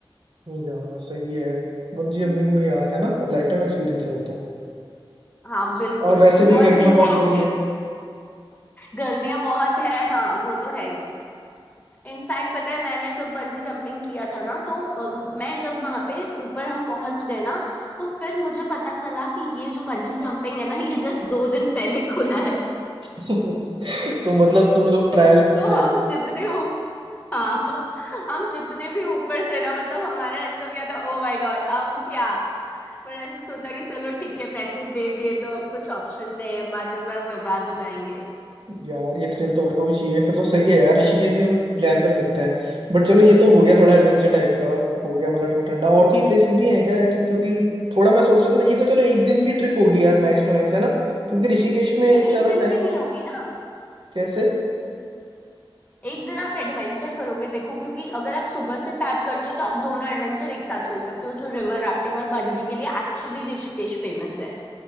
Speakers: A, on the right; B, on the left.
A: यार सही है बंजी जंपिंग में यार है ना लाइफ टाइम एक्सपीरियंस है वो तो
B: हाँ बिल्कुल
A: और <laughs> वैसे भी गर्मियाँ
B: और इनफैक्ट
A: बहुत हो रही हैं
B: गर्मियां बहुत है हाँ वो तो है ही इनफैक्ट पता है मैंने जब बंजी जंपिंग किया था ना तो अम, मैं जब वहां पे ऊपर हम पहुंच गए ना तो फिर मुझे पता चला कि ये जो बंजी जंपिंग है ना ये जस्ट दो दिन पहले खुला है
A: <laughs> तो मतलब तुम लोग ट्रायल
B: तो
A: दे
B: हम जितने ऊ- हाँ हम जितने भी ऊपर थे ना मतलब हमारा ऐसा हो गया था ओ माय गॉड अब क्या पर ऐसे सोचा कि चलो ठीक है पैसे दे दिए तो अब कुछ ऑप्शन नहीं है पांच हजार बर्बाद हो जाएंगे
A: यार ये थ्रिल तो मेरे को भी चाहिए फिर तो सही है यार ऋषिकेश भी हम प्लान कर सकते हैं बट चलो ये तो हो गया थोड़ा एडवेंचर टाइप का हो गया मतलब थोड़ा ठंडा और कोई प्लेसेस भी हैं क्या यार क्योंकि थोड़ा मैं सोच रहा था ना ये तो चलो एक दिन की ट्रिप होगी यार मैक्स टू मैक्स है ना क्योंकि ऋषिकेश में
B: नहीं
A: इससे ज्यादा
B: एक दिन
A: टाइम
B: की नहीं होगी ना
A: कैसे
B: एक दिन आप एडवेंचर करोगे देखो क्योंकि अगर आप सुबह से स्टार्ट करते हो तो आप दोनों एडवेंचर एक साथ कर सकते हो जो रिवर राफ्टिंग और बंजी के लिए एक्चुअली ऋषिकेश फेमस है